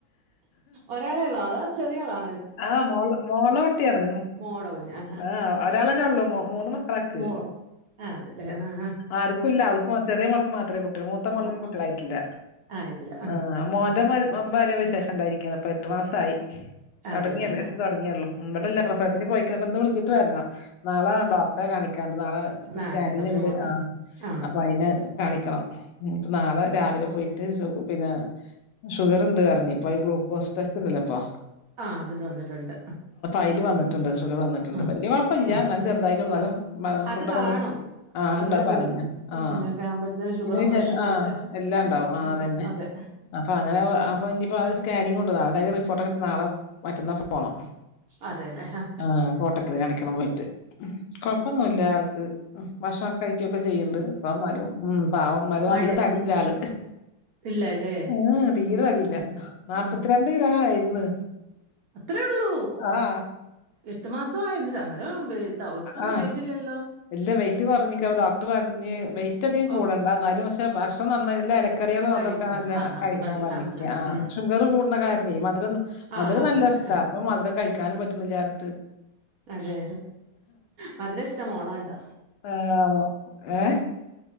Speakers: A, on the right; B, on the left.
A: ഒരാളെ ഉള്ളോ അതോ ചെറിയ ആളാണ?
B: ആഹ് മോള മോള ട്ടിയാണ്
A: മോടെ കുഞ്ഞാ
B: ആഹ് ഒരാളെന്നേ ഉള്ളു മൂന്ന് മക്കളക്ക്
A: മോ ആ അതല്ലേ ആ
B: ആർക്കുംല്ല അവൾക്ക് ചെറിയ മോ ൾക്ക് മാത്രേ കുട്ടികൾ മൂത്തമോൾക്ക്
A: ആ
B: കുട്ടികളായിട്ടില്ല
A: ആയിട്ടില്ല ആ
B: ആഹ് മോന്റെ ഭാര്യ വിശേഷം ഇണ്ടായിരിക്ക് ന്ന് ഇപ്പൊ എട്ടു മസായി തുടങ്ങിയെള്ളൂ
A: അതെല്ലേ
B: എട്ട് തുടങ്ങിയെള്ളോ ഇവിടില്ല പ്രസവത്തിന് പോയിക്ക്ണ് പ്പൊന്ന് വിളിച്ചിട്ട് വരണം നാള ഡോക്ട കാണിക്കാണ്ട് നാളെ
A: ആ
B: സ്കാനിങ്
A: ചെക്കപ്പിന്
B: ഇണ്ട്
A: പോ
B: ആഹ്
A: ആ
B: അപ്പൊ അയിന കാണിക്കണം ന്നിട്ട് നാളെ രാവിലെ പോയിട്ട് പിന്ന ഷുഗറിണ്ട് അറഞ്ഞ് ഇപ്പ ഈ ഗ്ലൂക്കോസ് ടെസ്റ്റ് ഇണ്ടല്ലപ്പൊ
A: ആഹ് അതിണ്ട് വന്നിട്ടൊണ്ട്
B: അയില് വന്നിട്ടുണ്ട് ഷുഗർ വന്നിട്ടുണ്ട്
A: ആഹ്
B: വല്യ കൊഴപ്പല്ല
A: ആഹ്
B: എന്നാലും ചെറുതായിട്ടുള്ളൂ
A: ആഹ്
B: എന്നാലും
A: അത്
B: ഫുഡൊക്കെ
A: കാണും
B: ഒന്ന് ആഹ്
A: അതങ്ങനെ
B: ഇണ്ട് പറഞ്ഞ്
A: വരും
B: ആഹ്
A: സമയൊക്കെ ആവുമ്പോഴത്തെന് ഷുഗറും
B: പിന്നെ വിശേഷം
A: പ്രഷറും
B: ആഹ്
A: ഒക്കെ
B: എല്ലാം ഉണ്ടാവും ആഹ്
A: ഉം
B: അതന്നെ
A: അതെ
B: അപ്പൊ അങ്ങനെ അപ്പ ഇഞ്പ്പോ അഹ് സ്കാനിങ്ങുണ്ട് നാളെ അയിന്റെ റിപ്പോർട്ടക്കെ ഇട്ത്ത് നാളെ മറ്റന്നാ അപ്പം പോണം
A: അതെല്ലേ ആ
B: ആഹ് കോട്ടക്കല് കാണിക്കണം പോയിട്ട് കൊഴപ്പൊന്നുല്ല ആൾക്ക് ഭക്ഷണൊക്കെ കഴിക്കുവൊക്കെ ചെയ്യണ്ട് ഇപ്പൊ എന്നാലും ഉം പാവം ഇന്നാലും
A: മഴ
B: അധികം തടിയില്ല ആള്
A: ഇല്ലല്ലേ
B: ഉം തീരെ തടിയില്ല
A: ഉം.
B: നാല്പ്പത്തിരണ്ട്
A: ഉം.
B: കിലോനായിരുന്ന്
A: അത്രേ ഒള്ളൂ
B: ആഹ്
A: എട്ട് മാസമായി എന്നിട്ട് അന്നേരം ഒട്ടും
B: ആ
A: വെയിറ്റില്ലല്ലോ?
B: ഇല്ല വെയിറ്റ് കൊറഞ്ഞിക്ക അപ്പൊ ഡോക്ടർ പറഞ്ഞ് വെയിറ്റ് അധികം
A: ഓ
B: കൂടണ്ട ഇന്നാലും പക്ഷെ ഭക്ഷണം നന്നായി നല്ല എല ക്കറികളോ
A: കഴിക്കണം
B: അതൊക്കെ നല്ല
A: ആ ആ,
B: കഴിക്കാൻ
A: അത് മതി
B: പറിഞ്ഞിക്ക്യ
A: ഉം,
B: ആ
A: ഉം.
B: ഷുഗർ കൂട്ണ കാരണേ മധുരം ഒന്ന്
A: ആ
B: മധുരം
A: അതെ
B: നല്ല
A: അതെ
B: ഇഷ്ട. ഇപ്പൊ മധ്രം കഴിക്കാനും പറ്റ്ണില്ലാർഞ്ഞിട്ട്.
A: അതെ മധുര ഇഷ്ട്ട മോളായോണ്ട
B: ആഹ് മോ ഏഹ്?